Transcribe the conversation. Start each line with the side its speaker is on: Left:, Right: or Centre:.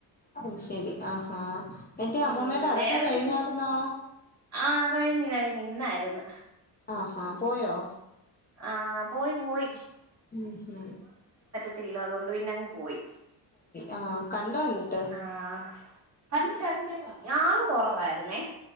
Left: അത് ശെരി ആഹാ മറ്റേ അമ്മൂമ്മയുടെ
Right: ഉം
Left: അടക്കം
Right: വേറോരിക്കി
Left: കഴിഞ്ഞായിരുന്നോ
Right: ആ കഴിഞ്ഞ് കഴിഞ്ഞ് ഇന്നാരുന്ന്
Left: ആഹാ പോയോ
Right: ആ പോയി പോയി
Left: ഉം ഹ്
Right: ത്തില്ല അതുകൊണ്ട് പിന്നങ്ങ് പോയി
Left: ആ കണ്ടോ വന്നിട്ട്
Right: ആഹ് പണ്ട് കണ്ട് ആള് കൊറവാരുന്നേ